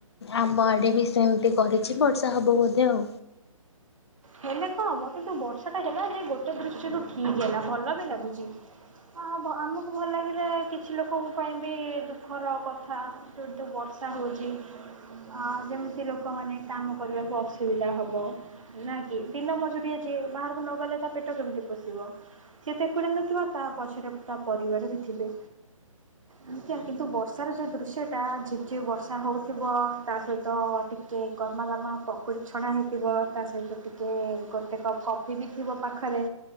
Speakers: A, on the left (about 50°); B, on the right (about 65°).
A: ଆମ ଆଡେ ବି ସେମତି କରିଛି ବର୍ଷା ହବ ବୋଧେ ଆଉ।
B: ହେଲେ କଣ ହବ କିନ୍ତୁ ବର୍ଷାଟା ହେଲା ଯେ ଗୋଟେ ଦୃଷ୍ଟିରୁ ଠିକ ହେଲା ଭଲ ବି ଲାଗୁଛି। କଁ ହବ ଆମକୁ ଭଲ ଲାଗିଲେ କିଛି ଲୋକଙ୍କ ପାଇଁ ବି ଦୁଃଖର କଥା, ଯେତୁ ବର୍ଷ ର୍ଷା ହଉଚି। ଅ ଯେମିତି ଲୋକମାନେ କାମ କରିବାକୁ ଅସୁବିଧା ହେବେ ନା କି। ଦିନ ମଜୁରିଆ ଯିଏ ବାହାରକୁ ନଗଲେ ତା ପେଟ କେମିତି ପୋଷିବ? ସିଏ ତ ଏକୁଟିଆ ନଥିବ ତା ପଛରେ ପରିବାର ବି ଥିବେ। ନିଶ୍ଚୟ କିନ୍ତୁ ବର୍ଷାର ଯୋଉ ଦୃଶ୍ୟ ଟା ଝିପ ଝିପ ବର୍ଷା ହଉଥିବ ତା ସହିତ ଟି ଟିକେ ଗର୍ମା ଗର୍ମା ପକୁଡ଼ି ଛଣା ହେଇଥିବ, ତା ସହିତ ଟି କେ ଗୋଟେ କପ୍ କଫି ବି ଥିବ ପାଖରେ।